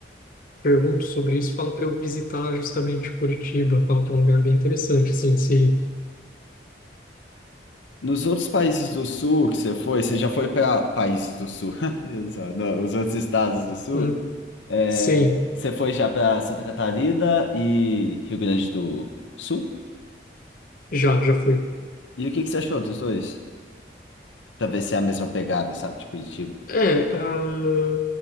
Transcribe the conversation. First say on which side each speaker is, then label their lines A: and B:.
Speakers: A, on the left; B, on the left.
A: pergunto sobre isso fala para eu visitar justamente Curitiba, fala que é um lugar bem interessante, assim, se,
B: Nos outros países do sul que você foi, você já foi para países do sul, <laughs> exato, não, os outros estados do sul,
A: hum,
B: é,
A: sim,
B: você foi já para Santa Catarina e Rio Grande do Sul?
A: já, já fui.
B: E o que que você achou dos dois? Para ver se é a mesma pegada, sabe, de Curitiba.
A: É, a...